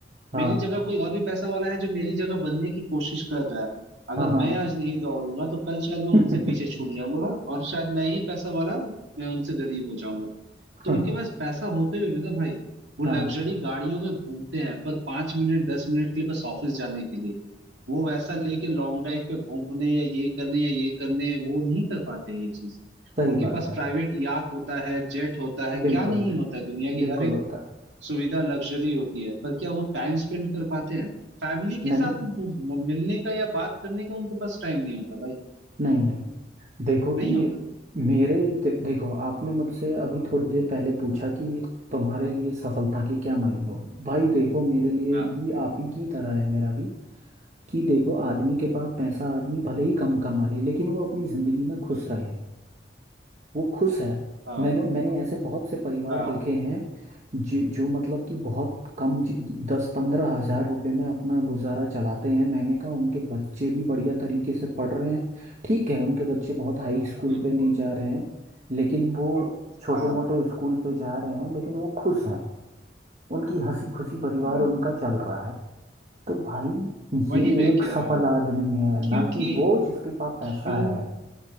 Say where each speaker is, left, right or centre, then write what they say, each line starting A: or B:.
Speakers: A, on the right; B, on the right.
A: हाँ
B: मेरी जगह कोई और भी पैसा वाला है जो मेरी जगह बनने की कोशिश कर रहा है अगर
A: हाँ हाँ
B: मैं आज नहीं दौड़ूंगा तो कल शायद मैं
A: <laughs>
B: उनसे पीछे छूट जाऊंगा और शायद मैं ही पैसा वाला मैं उनसे गरीब हो जाऊंगा तो
A: हाँ
B: उनके पास पैसा होते हुए भी ना भाई वो लग्जरी
A: हाँ
B: गाड़ियों में घूमते हैं पर पांच मिनट दस मिनट के लिए बस ऑफिस जाने के लिए वो वैसा लेके लॉन्ग ड्राइव पे घूमने या ये करने या ये करने वो नहीं कर पाते हैं ये चीज
A: सही
B: उनके
A: बात
B: पास
A: है
B: प्राइवेट याक होता है जेट होता है क्या
A: बिल्कुल
B: नहीं होता है दुनिया की
A: बिल्कुल
B: हर
A: होता है
B: सुविधा लग्जरी होती है पर क्या वो टाइम स्पेंड कर पाते हैं फैमिली के
A: नहीं
B: साथ म- म- मिलने का या बात करने का उनके पास टाइम नहीं होता भाई
A: नहीं नहीं देखो
B: नहीं
A: कि
B: होता
A: मेरे दे, देखो आपने मुझसे अभी थोड़ी देर पहले पूछा कि तुम्हारे लिए सफलता के क्या मायने हैं भाई देखो मेरे लिए
B: हाँ
A: भी आप ही की तरह है मेरा भी कि देखो आदमी के पास पैसा आदमी भले ही कम कमा ले लेकिन वो अपनी जिंदगी में खुश रहे वो खुश है
B: हाँ
A: मैंने मैंने ऐसे बहुत से परिवार
B: हाँ
A: देखे हैं जो जो मतलब कि बहुत कम ज- दस पंद्रह हजार रुपए में अपना गुजारा चलाते हैं मैंने कहा उनके बच्चे भी बढ़िया तरीके से पढ़ रहे हैं ठीक है उनके बच्चे बहुत हाई स्कूल
B: हाँ
A: पे नहीं जा रहे हैं लेकिन वो छोटे
B: हाँ
A: मोटे स्कूल पे जा रहे हैं लेकिन वो खुश हैं उनकी हंसी खुशी परिवार
B: हम्म।
A: उनका चल रहा है तो भाई
B: वही
A: ये
B: मैं
A: एक
B: कह
A: सफल
B: रहा हूँ
A: आदमी है
B: क्योंकि
A: ना कि वो जिसके पास पैसा
B: क्यों
A: है